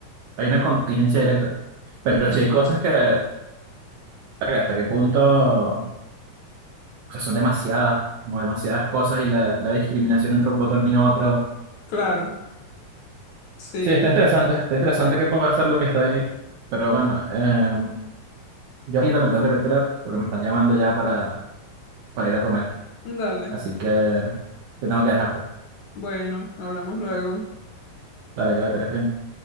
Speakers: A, on the right (about 65°); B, on the left (about 60°).
A: hay una contingencia directa. Pero
B: ujú,
A: sí hay cosas que, verga, hasta qué punto, o sea, son demasiadas, como demasiadas cosas y la, la discriminación entre un botón y otro.
B: Claro, sí,
A: Sí, está interesante, está interesante que pueda ser lo que está ahí. Pero bueno, eh, yo ahorita me tengo que retirar porque me están llamando ya para, para ir a comer.
B: dale.
A: Así que, que tengo que dejarte.
B: Bueno, hablamos luego.
A: Dale, ahorita que estoy bien.